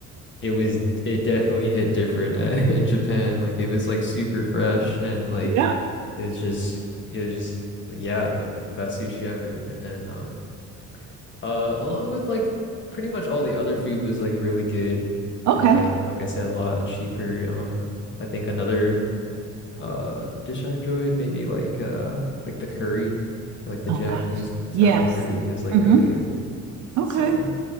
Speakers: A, on the left; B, on the right.
A: it was it definitely hit different uh, <laughs> in Japan. Like it was like super fresh and like
B: Yeah.
A: it was just it was just like, yeah, like the best sushi ever. And then um uh along with like pretty much all the other food was like really good
B: Okay.
A: and like like I said a lot cheaper. Um I think another uh dish I enjoyed maybe like uh like the curry, like the
B: Oh
A: Japanese
B: gosh.
A: style
B: Yes.
A: curry was like
B: Mm-hmm.
A: really good.
B: Okay.
A: So